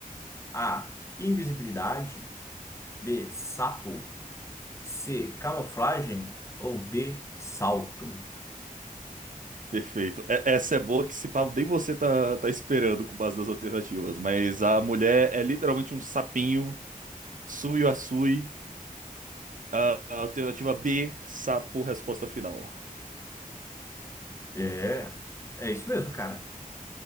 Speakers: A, on the left (about 20°); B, on the right (about 65°).
A: A. Invisibilidade. B. Sapo. C. Camuflagem. Ou D. Salto.
B: Perfeito. É- Essa é boa que se pá, nem você tá, tá esperando com base das alternativas, mas a mulher é literalmente um sapinho, Tsuyu Asui. A a alternativa B, sapo, resposta final.
A: É, é isso mesmo, cara.